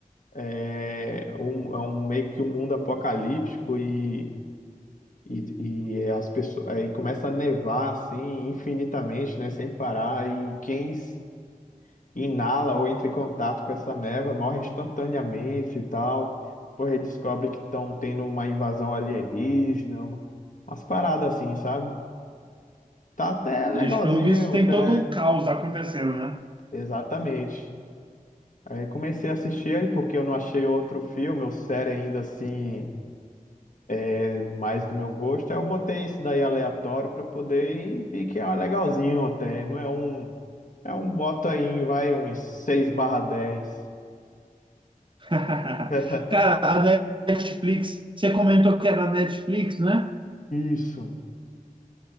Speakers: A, on the left; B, on the right.
A: É um, é um meio que um mundo apocalíptico e, e, e as pessoas aí começa a nevar assim infinitamente, né, sem parar. E quem s- inala ou entra em contato com essa neva morre instantaneamente e tal. Porra, aí descobre que estão tendo uma invasão alienígena, uma- umas paradas assim, sabe? Tá até legalzinho,
B: Vixe, pelo visto tem
A: até.
B: todo um caos acontecendo, né?
A: Exatamente. Aí comecei a assistir ele porque eu não achei outro filme ou série ainda assim eh, mais do meu gosto. Aí eu botei esse daí aleatório para poder e vi que é um legalzinho até. Não é um. É um bota aí, vai, uns 6 barra dez
B: <laughs>
A: <laughs>
B: Cara, a Netflix, você comentou que é da Netflix, né?
A: Isso.